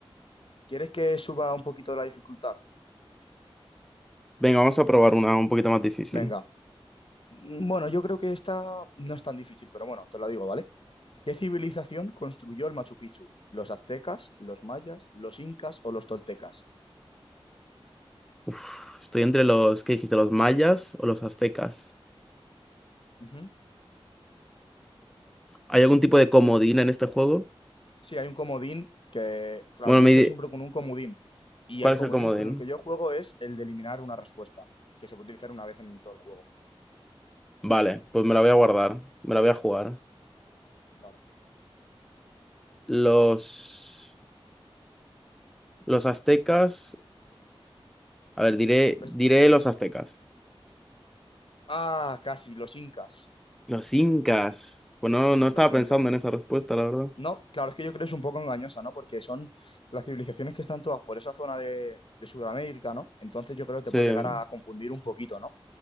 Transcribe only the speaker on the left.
¿Quieres que suba un poquito la dificultad?
Venga. Mm, Bueno, yo creo que esta no es tan difícil, pero bueno, te lo digo, ¿vale? ¿Qué civilización construyó el Machu Picchu? ¿Los aztecas, los mayas, los incas o los toltecas?
Ujú.
Sí, hay un comodín que, claro,
yo
juego siempre con un comodín y
el comodín
con el que yo juego es el de eliminar una respuesta, que se puede utilizar una vez en todo el juego.
Vale.
Es-
Ah, casi, los incas.
Sí,
los incas.
No, claro, es que yo creo que es un poco engañosa, ¿no? Porque son las civilizaciones que están todas por esa zona de, de Sudamérica, ¿no? Entonces yo creo que
te puede llegar a confundir un poquito, ¿no?